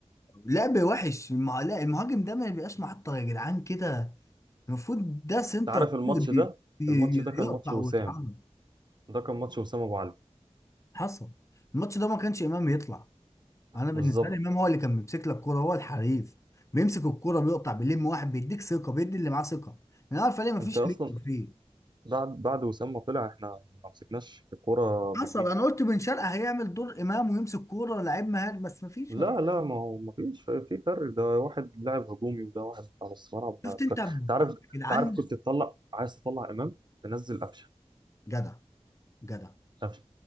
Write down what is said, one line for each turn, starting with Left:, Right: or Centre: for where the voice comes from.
Left: لعب وحش المع- لا، المهاجم ده ما بيبقاش محطه يا جدعان كده المفروض ده
Right: انت
Left: سنتر
Right: عارف الماتش
Left: دي
Right: ده
Left: دي-
Right: الماتش ده كان
Left: يقطع
Right: ماتش وسام
Left: ويتحرك
Right: ده كان ماتش وسام ابو علي
Left: حصل الماتش ده ما كانش امام يطلع انا بالنسبه
Right: بالظبط
Left: لي امام هو اللي كان بيمسك لك الكوره هو الحريف بيمسك الكوره بيقطع بيلم واحد بيديك ثقه بيدي اللي معاه ثقه انا عارف ليه ما
Right: انت
Left: فيش
Right: اصلا
Left: ليدر فيه
Right: بعد بعد وسام ما طلع احنا ما مسكناش الكوره
Left: حصل
Right: بجنيه
Left: انا قلت بن شرقه هيعمل دور امام ويمسك كوره لعيب مهاري بس مفيش.
Right: لا
Left: ما فيش
Right: لا ما هو ما فيش في فرق ده واحد لاعب هجومي وده واحد على نص ملعب ما
Left: شفت انت
Right: تك-
Left: ب-
Right: تعرف
Left: يا جدعان
Right: تعرف كنت تطلع عايز تطلع امام تنزل قفشه
Left: جدع جدع
Right: قفشه